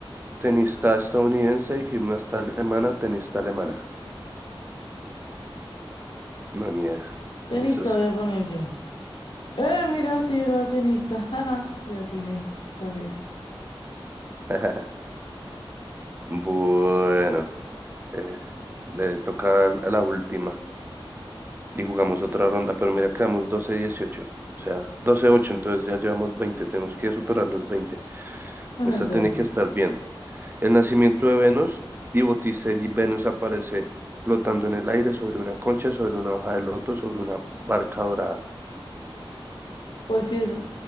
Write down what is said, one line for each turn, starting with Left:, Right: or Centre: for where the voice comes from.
Right: tenista estadounidense, gimnasta alemana, tenista alemana. No, ni idea.
Left: Tenista
Right: Tenistas.
Left: voy a poner yo. Eh, mira, sí era tenista. <laughs> Jaja, le atiné esta vez.
Right: <laughs> Bueno, eh, le toca a la última. y jugamos otra ronda, pero mira, quedamos doce dieciocho o sea, doce ocho entonces ya llevamos veinte tenemos que superar los veinte
Left: <laughs>
Right: Esta
Left: Dale,
Right: tiene
Left: pues.
Right: que estar bien. El nacimiento de Venus y Botticelli, Venus aparece flotando en el aire sobre una concha, sobre una hoja de loto, sobre una barca dorada,
Left: Pues sí, es,